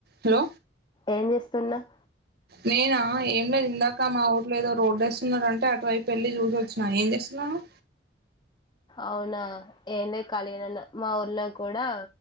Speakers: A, on the right; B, on the left.
A: Hello
B: ఏం జేస్తున్నావ్
A: నేనా ఏం లేదు ఇందాక మా ఊర్లో ఏదో రోడ్డు ఎస్తున్నరంటే అటువైపు ఎళ్ళి చూసివచ్చిన ఏం జేస్తున్న నన
B: అవునా ఎంలే కాలిగనే వున్నా మా ఊర్లో కూడా